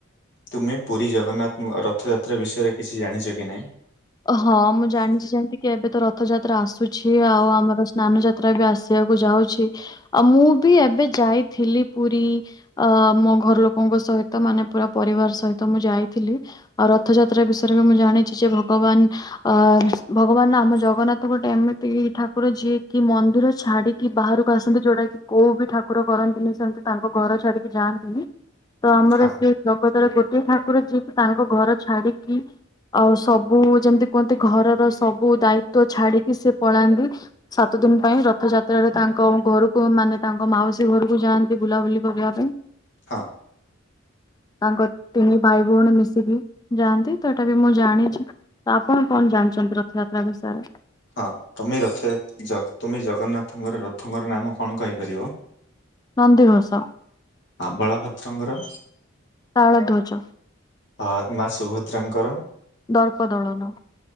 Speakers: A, on the left; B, on the left.
A: ତୁମେ ପୁରୀ ଜଗନ୍ନାଥ ରଥଯାତ୍ରା ବିଷୟରେ କିଛି ଜାଣିଛ କି ନାହିଁ?
B: ହଁ ମୁଁ ଜାଣିଛି ଯେମିତି କି ଏବେ ତ ରଥଯାତ୍ରା ଆସୁଛି ଆଉ ଆମର ସ୍ନାନଯାତ୍ରା ଏବେ ଆସିବାକୁ ଯାଉଛି ଆଉ ମୁଁ ବି ଏବେ ଯାଇଥିଲି ପୁରୀ। ଅ ମୋ ଘର ଲୋକଙ୍କ ସହିତ ମାନେ ପୁରା ପରିବାର ସହିତ ମୁଁ ଯାଇଥିଲି। ଆଉ ରଥଯାତ୍ରା ବିଷୟରେ ବି ମୁଁ ଜାଣିଛି ଯେ ଭଗବାନ ଅ ଭଗବାନ ଆମ ଜଗନ୍ନାଥ ଗୋଟେ ଏମିତି ଠାକୁର ଯିଏ କି ମନ୍ଦିର ଛାଡି କି ବାହାରକୁ ଆସନ୍ତି ଯୋଉଟା କି କୋଉ ବି ଠାକୁର କରନ୍ତିନି ସେମିତି ତାଙ୍କ ଘର ଛାଡିକି ଯାଆ ତ ଆମର
A: ହଁ
B: ସେଇ ଜଗତରେ ଗୋଟେ ଠାକୁର ଯିଏକି ତାଙ୍କ ଘର ଛାଡିକି ଆଉ ସବ ମୁଁ ଯେମିତି କୁହନ୍ତି ଘରର ସବୁ ଦାୟିତ ଛାଡିକି ସେ ପଳାନ୍ତି। ସାତ ଦିନ ପାଇଁ ରଥଯାତ୍ରାରେ ତାଙ୍କ ଘରକୁ ମାନେ ତାଙ୍କ ମାଉସୀ ଘରକୁ ଯାଆନ୍ତି ବୁଲାବୁଲି କରିବା ପାଇଁ।
A: ହଁ
B: ତାଙ୍କ ତିନି ଭାଇ ଭଉଣୀ ମିଶିକି ଯାଆନ୍ତି ତ ଏଇଟା ବି ମୁଁ ଜାଣିଛି। ତ ଆପଣ କଣ ଜାଣିଛନ୍ତି ରଥଯାତ୍ରା ବିଷୟରେ
A: ହଁ ତମେ ରଥ ଯ ତୁମେ ଜଗନ୍ନାଥଙ୍କର ରଥଙ୍କର ନାମ କଣ କହିପାରିବ?
B: ନନ୍ଦିଘୋଷ
A: ଆଁ ବଳଭଦ୍ରଙ୍କର
B: ତାଳଧ୍ୱଜ
A: ଅ ମା ସୁଭଦ୍ରାଙ୍କର
B: ଦର୍ପଦଳନ